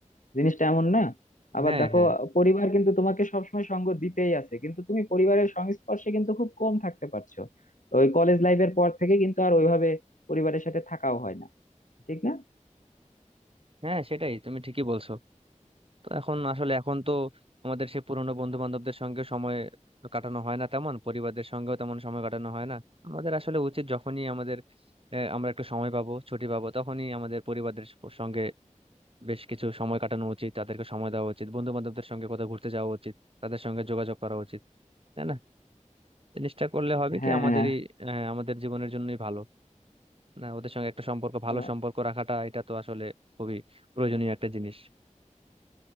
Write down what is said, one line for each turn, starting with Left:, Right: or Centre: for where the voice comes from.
Left: জিনিসটা এমন না আবার
Right: হ্যাঁ
Left: দেখো
Right: হ্যাঁ
Left: পরিবার কিন্তু তোমাকে সবসময় সঙ্গ দিতেই আছে কিন্তু তুমি পরিবারের সংস্পর্শে কিন্তু খুব কম থাকতে পারছো ওই কলেজ লাইফের পর থেকে কিন্তু আর ওইভাবে পরিবারের সাথে থাকাও হয় না ঠিক না
Right: হ্যাঁ সেটাই তুমি ঠিকই বলছো তো এখন আসলে এখন তো আমাদের সে পুরোনো বন্ধু বান্ধবদের সঙ্গে সময় কাটানো হয় না তেমন পরিবারদের সঙ্গেও তেমন সময় কাটানো হয় না আমাদের আসলে উচিত যখনই আমাদের আহ, আমরা একটু সময় পাবো ছুটি পাবো তখনই আমাদের পরিবারদের সঙ্গে বেশ কিছু সময় কাটানো উচিত তাদেরকে সময় দেওয়া উচিত বন্ধু বান্ধবদের সঙ্গে কোথাও ঘুরতে যাওয়া উচিত তাদের সঙ্গে যোগাযোগ করা উচিত তাই না জিনিসটা করলে হবে
Left: হ্যাঁ
Right: কি আমাদেরই আহ, আমাদের জীবনের জন্যই ভালো না ওদের সঙ্গে একটা সম্পর্ক ভালো
Left: আমার
Right: সম্পর্ক রাখাটা এটা তো আসলে খুবই প্রয়োজনীয় একটা জিনিস